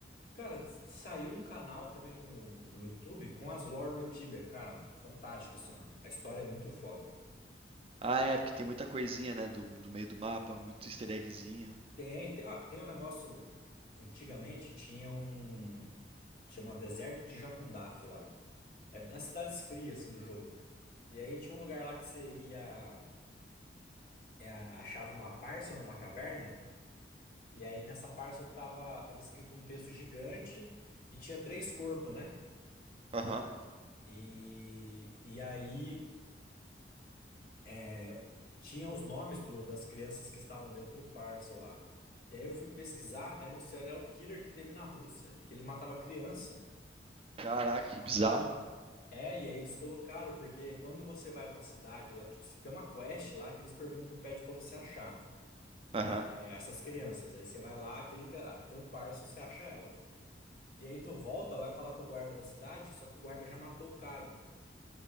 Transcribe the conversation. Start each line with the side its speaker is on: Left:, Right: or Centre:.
Left: Cara, s- saiu um canal também no, no YouTube com as lore do Tibia, cara, fantástico assim, ó. A história é muito foda.
Right: Ah, é, porque tem muita coisinha, né? Do, do meio do mapa, muito easter eggzinho.
Left: Tem, tem, ah, tem um negócio, antigamente tinha um, chama Deserto de Jacundaf lá. É nas cidades frias assim do jogo. E aí tinha um lugar lá que você ia, é, achava uma parcel numa caverna, e aí nessa parcel tava, tava escrito um texto gigante e tinha três corpos, né?
Right: Aham.
Left: E, e aí É, tinha os nomes do- das crianças que estavam dentro do parcel lá. E aí eu fui pesquisar, era um serial killer que teve na Rússia, que ele matava criança.
Right: Caraca, que bizarro.
Left: É, e aí eles colocaram, porque quando você vai pra cidade lá, tipo, se tem uma quest lá que eles perguntam, pede pra você achar
Right: Aham.
Left: é, essas crianças. Aí você vai lá, clica, ah, tem um parcel, você acha elas. E aí tu volta, vai falar com o guarda da cidade, só que o guarda já matou o cara.